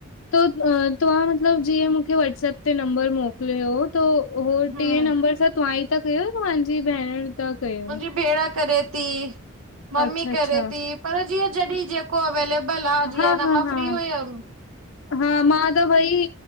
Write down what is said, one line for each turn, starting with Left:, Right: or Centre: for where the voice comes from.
Left: त तव्हां मतलबु जीअं मूंखे वॉट्सप ते नंबर मोकिलियो हो त हो
Right: हम्म
Left: टे नंबर सां तव्हां ई था कयो या तव्हांजी भेण? था कयूं?
Right: मुंहिंजी भेण करे थी, मम्मी
Left: अच्छा, अच्छा।
Right: करे थी पर जीअं जॾिह जेको अवेलेबल आ, जीअ
Left: हा,
Right: न
Left: हा,
Right: मां
Left: हा।
Right: फ्री हुयम
Left: हा मां त भई